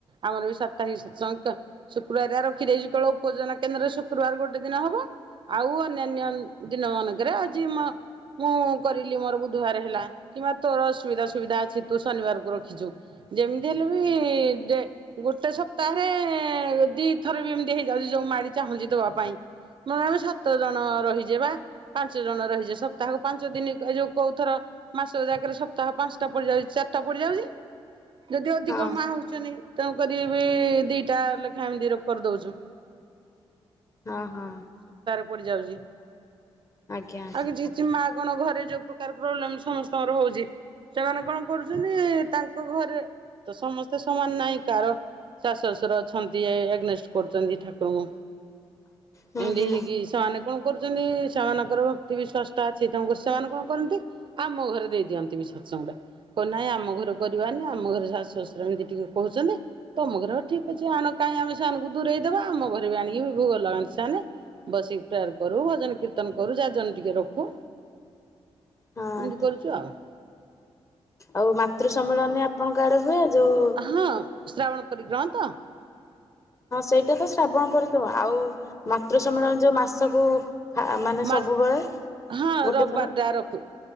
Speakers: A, on the right; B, on the left.
A: ଆମର ବି ସାପ୍ତାହିକ ସତ୍ସଙ୍ଗ ଶୁକ୍ରବାରିଆ ରଖିଦେଇଛୁ କେଳ ଉପଜନା କେନ୍ଦ୍ରରେ ଶୁକ୍ରବାର ଗୋଟେ ଦିନ ହବ ଆଉ ଅନ୍ୟାନ୍ୟ ଦିନ ମାନଙ୍କରେ ଆଜି ମଁ ମୁଁ କରିଲି ମୋର ବୁଧବାର ହେଲା କିମ୍ବା ତୋର ଅସୁବିଧା ସୁବିଧା ଅଛି ତୁ ଶନିବାରକୁ ରଖିଛୁ। ଯେମିତି ହେଲେ ବି ଦେଖ୍ ଗୋଟେ ସପ୍ତାହରେ ଦିଥର ବି ଏମିତି ହେଇଯାଉଛି ଯୋଉ ମାଡି ଚାହୁଁଛି ଦବା ପାଇଁ ମ ସାତ ଜଣ ରହିଛେ ବା ପାଞ୍ଚ ଜଣ ରହିଛେ ସପ୍ତାହକୁ ପାଞ୍ଚ ଦିନ ଏ ଯୋଉ କୋଉ ଥର ମାସ ଯାକରେ ସପ୍ତାହ ପାଞ୍ଚଟା ପଡିଯାଉଛି ଚାରିଟା ପଡିଯାଉଛି। ଯଦି ଅଧିକ
B: ହଁ
A: ମା ହଉଛନ୍ତି ତେଣୁ କରି ବି ଦିଟା ଲେଖାଏଁ ଏମ <inaudible> ଦର କରିଦେଉଛୁ।
B: ହଁ ହଁ।
A: ପଡି ଯାଉଛି।
B: ଆଜ୍ଞା ଆଣ୍ଟି
A: ଆଉ କିଛି କିଛି ମା କଣ ଘରେ ଯୋଉ ପ୍ରକାର ପ୍ରୋବ୍ଲେମ ସମସ୍ତଙ୍କର ହଉଛି ସେମାନେ କଣ କରୁଛନ୍ତି ତାଙ୍କ ତା ଘରେ ତ ସମସ୍ତେ ସମାନ ନାହିଁ କାହାର ଶାଶୁ ଶଶୁର ଅଛନ୍ତି ଏଗନେଷ୍ଟ କରୁଛନ୍ତି ଠାକୁରଙ୍କୁ
B: ହୁଁ
A: ଏଡି
B: ହୁଁ
A: ହେଗ ଶାନକ କଣ କରୁଛନ୍ତି ସେମାନଙ୍କର ଭକ୍ତି ବି ଷଷ୍ ଅଛି ତାଣ ସେମାନେ କଣ କରନ୍ତି ଆମ ଘରେ ଦେଇ ଦିଅନ୍ତି ବି ସତ୍ସଙ୍ଗଡା କହ ନାହିଁ ଆମ ଘର କରିବାାନି ଆମ ଘରେ ଶଶୁ ଶଶୁର ଏମିତି ଟିକେ କହୁଛନ୍ତି ତମ ଘରେ ହଉ ଠିକ ଅଛି ଆଣ କାହିଁ ଆମେ ସେମାନଙ୍କୁ ଦୂରେଇଦବା ଆମ ଘରେ ବି ଆଣିକି ଭୋଗ ଲଗଣି ସେମାନେ ବସିକି ପ୍ରେୟାର କରୁ ଭଜନ କୀର୍ତ୍ତନ କରୁ ଯାଜନ ଟିକେ ରଖୁ
B: ହଁ
A: ଏମିତି
B: ଆଣ୍ଟି
A: କରୁଛୁ ଆଉ
B: ଆଉ ମାତୃ ସମ୍ମିଳନୀ ଆପଣଙ୍କ ଆଡେ ହୁଏ ଯୋଉ
A: ହଁ ଶ୍ରାବଣ ପରିିକ୍ରନ୍ତ <inaudible> କୁତ୍ତା <inaudible>
B: ହଁ ସେଇଟା ତ ଶ୍ରାବଣ ପସମା ଆଉ ମା ପତୁ ସମ୍ଳନ ଯେଉଁ ମାସକୁ ମାନେ
A: ମା
B: ସବୁବେଳେ
A: ହଁ
B: ଗୋଟେ
A: ରବିବାରା
B: ଥର
A: ରଖ